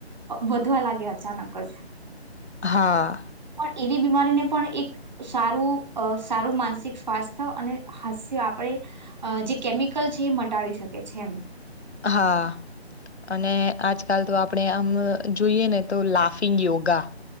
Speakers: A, on the right (about 45°); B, on the left (about 75°).
A: વધવા લાગ્યા અચાનક જ
B: હા
A: પણ એવી બીમારીને પણ એક સારું સારું માનસિક સ્વાસ્થ્ય અને હાસ્ય આપણે જે કેમિકલ છે એ મટાડી શકે છે એમ
B: હા અને આજકાલ તો આપણે આમ જોઈએ ને તો લાફિંગ યોગા